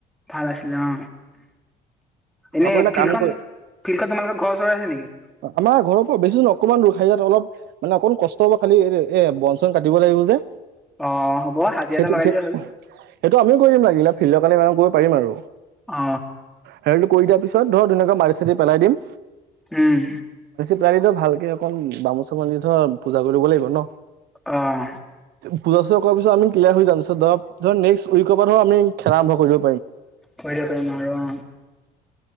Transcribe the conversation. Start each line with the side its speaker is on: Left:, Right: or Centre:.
Centre: ভাল আছিলে অ, এনে
Right: আপুনি এটা
Centre: ফিলখন
Right: কাম কৰি
Centre: ফিল্ডখন তোমালোকৰ ঘৰ ওচৰৰ আছে নেকি?
Right: আমাৰ ঘৰৰ পৰা বেছি নহয় অকণমান হেৰিয়ত, অলপ মানে অকণ কষ্ট হ'ব খালি, এ বন-চন কাটিব লাগিব যে
Centre: অ হ'ব হাজিৰা
Right: সেইটো,
Centre: এটা লগাই
Right: সেই,
Centre: দিলে হ'ল
Right: সেইটো আমিও কৰি দিম লাগিলে, ফিল্ডৰ কাৰণে আৰু ইমান কৰিব পাৰিম আৰু
Centre: অ
Right: হেৰালটো কৰি দিয়াৰ পিছত, ধৰ ধুনীয়াকে মাটি-চাটি পেলাই দিম।
Centre: উম
Right: পুজাৰীটো ভালকে অকণ বামুণ-চামুণ আনি ধৰ পূজা কৰিব লাগিব ন
Centre: আহ
Right: পূজা-চূজা কৰাৰ পিছত আমি ক্লিয়াৰ হৈ যাম, তাৰপিছত ধৰক-ধৰক নেক্স উইকৰ পৰা ধৰক আমি খেলা আৰম্ভ কৰিলো।
Centre: কৰি পাৰিম আৰু অ'